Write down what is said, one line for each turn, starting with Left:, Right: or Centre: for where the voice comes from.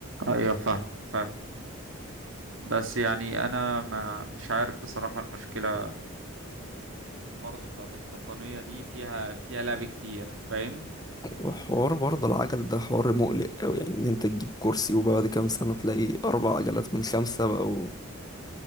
Right: ايوه فاهم فاهم بس يعني انا ما مش عارف بصراحة المشكلة برضه بتاعت القطنية دي فيها فيها لعب كتير فاهم
Left: وحوار برضه العجل ده حوار مقلق أوي يعني ان انت تجيب كرسي وبعد كام سنة تلاقي أربع عجلات من خمسة بقوا